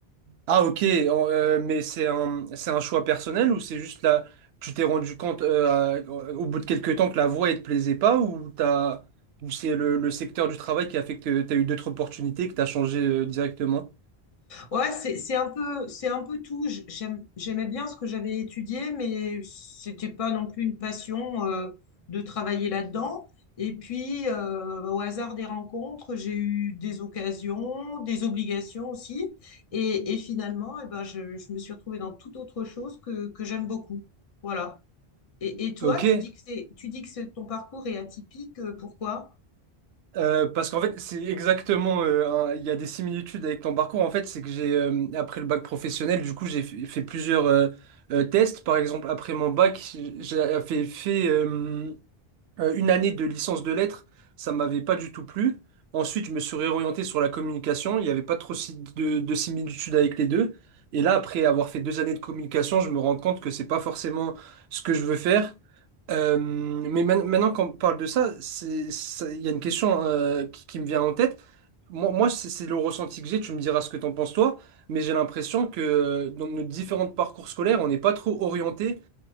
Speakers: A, on the right; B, on the left.
A: Ah ok, en- euh, mais c'est un c'est un choix personnel ou c'est juste là tu t'es rendu compte euh, à- au bout de quelques temps que la voie elle te plaisait pas ou t'as ou c'est le, le secteur du travail qui a fait que t'as eu d'autres opportunités que t'as changé euh, directement?
B: Ouais, c'est c'est un peu c'est un peu tout. J- j'aime- j'aimais bien ce que j'avais étudié, mais c'était pas non plus une passion euh, de travailler là-dedans. Et puis euh, au hasard des rencontres, j'ai eu des occasions, des obligations aussi, et, et finalement, eh ben, je, je me suis retrouvée dans toute autre chose que que j'aime beaucoup. Voilà. Et, et toi,
A: Ok.
B: tu dis que c'est tu dis que c'est- ton parcours est atypique. euh, Pourquoi?
A: Euh, parce qu'en fait, c'est exactement. euh, un- Il y a des similitudes avec ton parcours. En fait, c'est que j'ai euh, après le bac professionnel, du coup, j'ai f- fait plusieurs euh, euh, tests. Par exemple, après mon bac, j'ai euh, fait, fait euh, euh, une année de licence de lettres. Ça m'avait pas du tout plu. Ensuite, je me suis réorienté sur la communication. Il n'y avait pas trop si- de, de similitudes avec les deux. Et là, après avoir fait deux années de communication, je me rends compte que c'est pas forcément ce que je veux faire. Euh, mais man- maintenant qu'on parle de ça, c'est, ça- il y a une question euh, qui, qui me vient en tête. Moi, moi c'est c'est le ressenti que j'ai, tu me diras ce que t'en penses toi, mais j'ai l'impression que euh, dans nos différents parcours scolaires, on n'est pas trop orienté,